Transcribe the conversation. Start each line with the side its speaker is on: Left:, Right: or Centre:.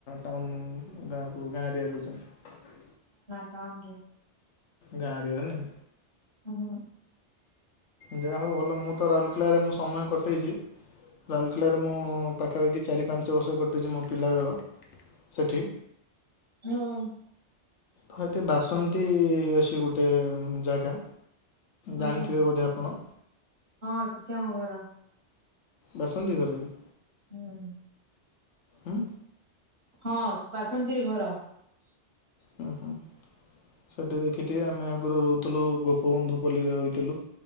Left: ଟାଉ ଗାଁ ଆ ଗାଁରେଆ ର ହେଉଛନ୍ତି।
Right: ତାଙ୍ଗ
Left: ଗାଁ ଦିର ନାହି
Right: ହୁଁ।
Left: ଯାହା ହଉ ଭଲ ମୁଁ ତ ରାଉରକେଲାରେ ମୁଁ ସମୟ କଟେଇଛି ରାଉରକେଲାରେ ମୁଁ ପାଖାପାଖି ଚାରି ପାଞ୍ଚ ବର୍ଷ କଟୁଛି ମୋ ପିଲାବେଳ ସେଠି
Right: ହଁ।
Left: ହ ଏଠି ବାସନ୍ତୀ ଅଛି ଗୋଟେ ଜାଗା
Right: ହଁ
Left: ଜାଣିଥିବେ ବୋଧେ ଆପଣ?
Right: ହଁ ସୁଖିରା
Left: ବାସନ୍ତି ଘର କି?
Right: ହୁଁ।
Left: ହୁ।
Right: ହଁ ବାସନ୍ତିରେ ଘର
Left: ହୁଁ ହୁଁ ସେଠି ଦେଖିଥିବେ ଆମେ ଆଗରୁ ରହୁଥିଲୁ ଗୋପବନ୍ଧୁ ପଲ୍ଲୀରେ ରହୁଥିଲୁ